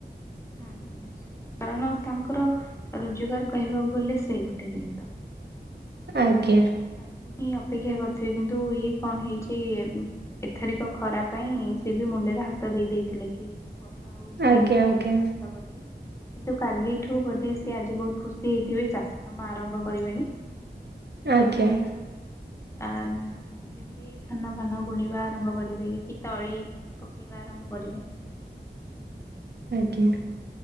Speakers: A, on the left; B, on the right.
A: ହୁଁ। କାରଣ ତାଙ୍କର ରୋଜଗାର କହିବାକୁ ଗଲେ ସେଇ ଗୋଟେ ଜିନିଷ। ସେଇଥି
B: ଆଜ୍ଞା
A: ତାକୁ ହିଁ ଅ ପେକ୍ଷା କରିଥିବେ କିନ୍ତୁ ଇଏ କଣ ହେଇଛି ଏ ଉଁ ଏଥେରିକ ଖରା ପାଇଁ ସିଏ ବି ମୁଣ୍ଡେରେ ହାତ ଦେଇ ଦେଇଥିଲେ କି ବର୍ଷା ହଉନି
B: ଆଜ୍ଞା
A: କେମିତି
B: ଆଜ୍ଞା।
A: କଣ ଚାଷ କରିବେ। କିନ୍ତୁ କାଲିଠୁ ବୋଧେ ସେ ଆଜି ବହୁତ ଖୁସି ହେଇଥିବେ ଚାଷ କାମ ଆରମ୍ଭ କରିବେଣି।
B: ଆଜ୍ଞା।
A: ଆନ୍ ଯେମିତି ଧାନ ଫାନ ବୁଣିବା ଆରମ୍ଭ କରିବେ କି ତଳି ପକେଇବା ଆରମ୍ଭ କରିବେ। ହୁଁ।
B: ଆଜ୍ଞା।